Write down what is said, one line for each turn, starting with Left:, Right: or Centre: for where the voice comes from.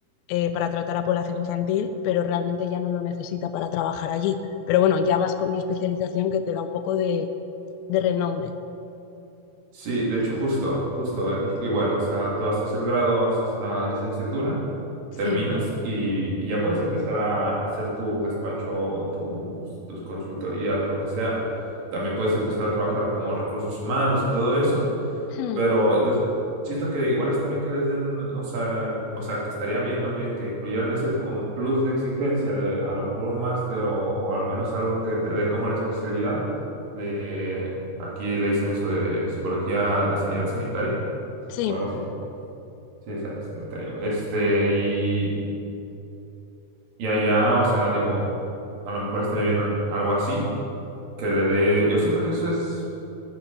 Left: eh, para tratar a población infantil, pero realmente ya no lo necesita para trabajar allí. Pero bueno, ya vas con una especialización que te da un poco de, de renombre.
Right: Sí, de hecho, justo, justo, en México igual, o sea, tú haces el grado, haces la licenciatura
Left: Sí,
Right: terminas y, y ya puedes empezar a, hacer tu despacho, tus, tus consultorías, lo que sea. También puedes empezar a trabajar como recursos humanos y todo eso,
Left: Hmm,
Right: pero yo siento que igual está bien que les den, o sea, o sea, que estaría bien más bien que incluyeran ese como plus de exigencia de a lo mejor un máster o, o al menos algo que te dé como la especialidad de, aquí le dicen eso de psicología de sanidad sanitaria
Left: sí.
Right: o algo así. Sí, sa- sanitaria. Este, y y allá, o sea, digo, a lo mejor estaría bien an- algo así, que le dé, yo siento que eso es